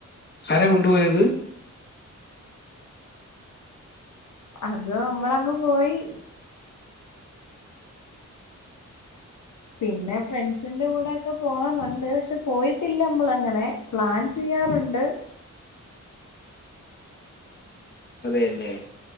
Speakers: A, on the left (about 35°); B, on the left (about 75°).
A: ആരാ കൊണ്ടു പോയത്
B: അത് നമ്മളങ്ങ് പോയി പിന്നെ ഫ്രണ്ട്സിന്റെ കൂടെ ഒക്കെ പോണോന്നുണ്ട് പക്ഷെ പോയിട്ടില്ല നമ്മളങ്ങനെ. പ്ലാൻ ചെയ്യാറോണ്ട്
A: അതെയല്ലേ